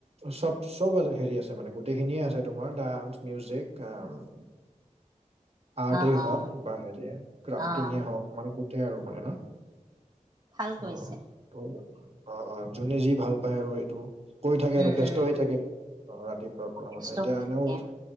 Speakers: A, on the right (about 50°); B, on the right (about 30°).
A: চব চব আজ হেৰি আছে মানে গোটেইখিনিয়ে আছে তোমাৰ ডান্স মিউজিক আ <unintelligible> আৰ্টেই
B: অ', অ',
A: হওক বা হেৰি ক্ৰাফটিঙে
B: অ',
A: হওক মানে গোটেই আৰু মানে ন
B: ভাল কৰিছে।
A: অ ত অ অ যোনে যি ভাল পায় আৰু সেইটো। কৰি থাকে আৰু
B: উম,
A: ব্যস্ত
B: উম,
A: হৈ থাকে অহ ৰাতিপুৱাৰ পৰা
B: ব্যস্ত
A: মানে এতিয়া
B: হৈ
A: এনেও
B: থাকে।